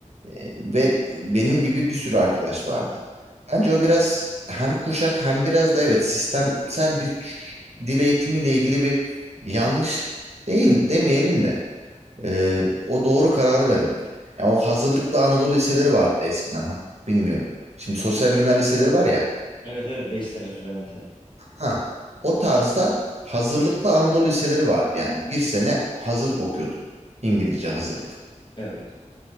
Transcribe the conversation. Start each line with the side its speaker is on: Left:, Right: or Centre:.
Right: e, ve benim gibi bir sürü arkadaş vardı. Bence o biraz hem kuşak hem biraz da evet sistemsel bir ç- dil eğitimiyle ilgili bir yanlış değil demeyelim de. Ee, o doğru kararı veremedik. Yani o hazırlıklı Anadolu liseleri vardı eskiden. Ha, bilmiyorum. Şimdi sosyal bilimler liseleri var ya.
Left: Evet evet 5 sene süren lise.
Right: Ha, o tarzda hazırlıklı Anadolu liseleri vardı. Yani bir sene hazırlık okuyordun. İngilizce hazırlık.
Left: Evet.